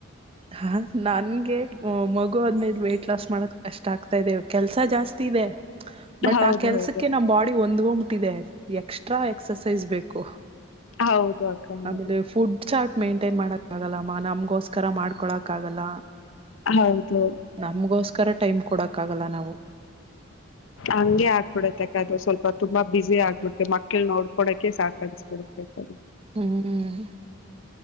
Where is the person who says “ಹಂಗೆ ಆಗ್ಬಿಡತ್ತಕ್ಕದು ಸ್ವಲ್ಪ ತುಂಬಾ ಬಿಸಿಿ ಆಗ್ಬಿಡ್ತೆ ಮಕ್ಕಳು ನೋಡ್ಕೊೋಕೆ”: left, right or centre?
Left